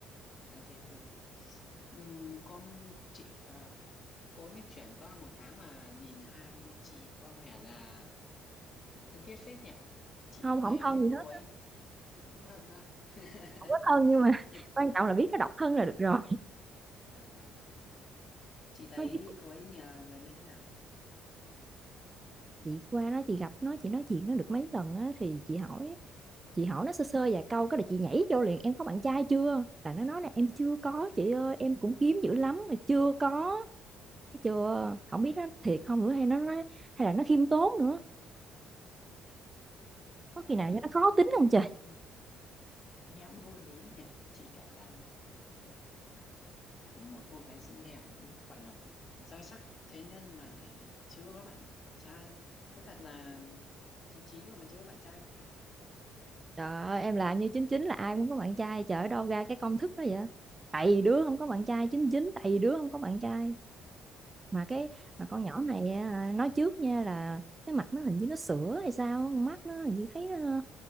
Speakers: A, on the left (about 45°); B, on the right (about 25°).
A: quá tuyệt luôn Ừm, con chị ờ, cô ấy mới chuyển qua một tháng mà nhìn hai chị có vẻ là thân thiết phết nhỉ chị
B: không
A: thấy
B: không thân
A: ờ,
B: gì hết
A: cô ấy
B: á,
A: thân à <laughs>
B: không có thân nhưng mà <laughs>
A: nhưng
B: quan trọng là biết nó độc thân là được rồi
A: à, chị thấy
B: nó chứ
A: cô ấy nhà người như thế nào
B: chị qua đó chị gặp nó chị nói chuyện nó được mấy lần á thì chị hỏi chị hỏi nó sơ sơ vài câu cái là chị nhảy vô liền em có bạn trai chưa là nó nói là em chưa có chị ơi em cũng kiếm dữ lắm mà chưa có thấy chưa không biết nó thiệt không nữa hay nó nói hay là nó khiêm tốn nữa có
A: trời
B: khi nào
A: ơi,
B: cho nó khó tính không trời
A: ừm, nghe cũng vô lý nhỉ chị kể làm ờ, một cô gái xinh đẹp là đúng gọi là gì Mà giai sắc thế nhân mà lại chưa có bạn trai có thật là chín chín rồi mà chưa có bạn trai không chị
B: Trời ơi, em là như chín chín là ai cũng có bạn trai trời ơi, đâu ra cái công thức đó vậy tại vì đứa không có bạn trai chín chín, tại vì đứa không có bạn trai mà cái
A: tại
B: mà con nhỏ này à, nói trước nha là cái mặt nó hình như nó sữa hay sao mắt nó hình như thấy nó,